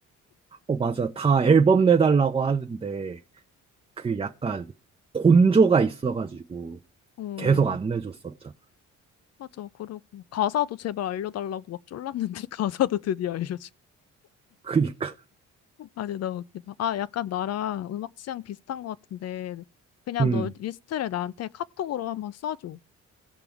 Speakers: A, on the right; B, on the left.
A: 어, 맞아. 다 앨범 내달라고 하는데 그 약간 곤조가 있어가지고
B: 어,
A: 계속 안 내줬었잖아.
B: 맞아. 그러고 가사도 제발 알려달라고 막 쫄랐는데 <laughs> 가사도 드디어 알려주고.
A: <laughs> 그니까.
B: 아니, 너무 웃기다. 아, 약간 나랑 음악 취향 비슷한 것 같은데 그냥
A: 음.
B: 너 리스트를 나한테 카톡으로 한번 써줘.